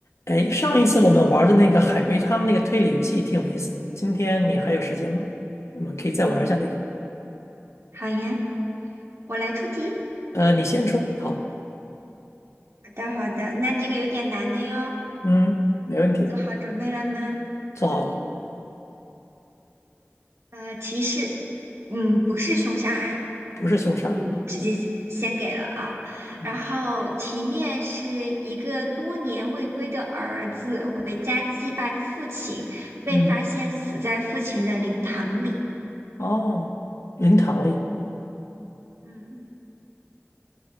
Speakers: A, on the left; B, on the right.
A: 哎，上一次我们玩的那个海龟汤那个推理游戏挺有意思的，今天你还有时间吗？我们可以再玩一下那个。
B: 好呀，我来出题。
A: 呃，你先出，好，
B: 好的，好的，那这个有点难的哟，
A: 嗯，没问题，
B: 做好准备了吗？
A: 做好了，
B: 呃，提示，嗯，不是凶杀案，
A: 不是凶杀案，
B: 嗯，直接先先给了啊。
A: 嗯
B: 然后题面是一个多年未归的儿子回家祭拜父亲，被发现死在父亲的灵堂里。
A: 嗯，哦，灵堂里，
B: 嗯，